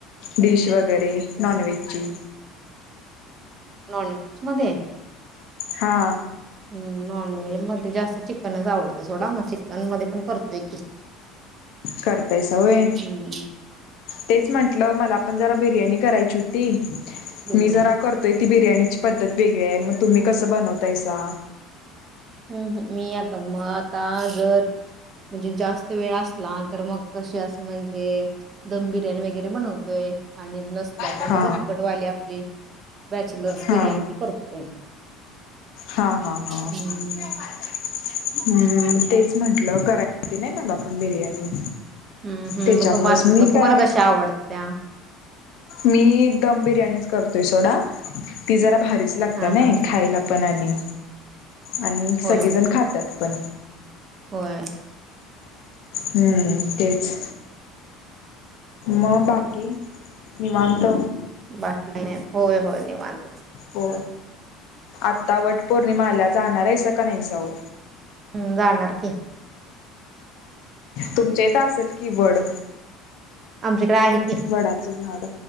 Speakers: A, on the left; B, on the right.
A: डिश वगैरे नॉन व्हेजची.
B: नॉन व्हेज मध्ये?
A: हा
B: हम् नॉनव्हेज मध्ये जास्त चिकनच आवडतं सोडा मग चिकन मध्ये पण करतोय की.
A: करतायसा होय
B: हम्म
A: तेच म्हंटलं मला पण जरा बिर्यानी करायची होती
B: बिर्याणी
A: मी जरा करतोय ती बिर्याणीची पद्धत वेगळी आहे मग तुम्ही कसं बनवतायसा
B: हम्म हम मी आता मग आता जर म्हणजे जास्त वेळ असला तर मग कशी अस म्हणजे दम बिर्याणी वगैरे बनवतोय आणि नसला तर
A: हा
B: मग झटपटवाली आपली बॅचलर्स
A: हा
B: बिर्याणी करतोय.
A: हा हा हा हम्म
B: हम्म
A: तेच म्हटलं कराय येती ना मला पण बिर्याणी
B: हम्म हम्
A: त्याच्यामुळेच
B: मग तुम्हा
A: मी
B: तुम्हाला
A: काय
B: कशा आवडत्या?
A: मी दम बिर्याणीच करतोय सोडा. ती जरा भा रीच लागत्या
B: हा
A: नही
B: हा
A: खायला पण आणी. आणि
B: होय
A: सगळेजण
B: होय
A: खात्यात. पण.
B: होय.
A: हम्म तेच. मग बाकी निवांत?
B: बाकी काय नाही. होय होय निवांत.
A: हो आता वट पौर्णिमा आल्या. जाणार आहेस का नाहीसा ओ?
B: हम्म जाणार की.
A: तुमच्या इथं असेल की वड.
B: आमच्याकडे आहे कि
A: वडाचं झाड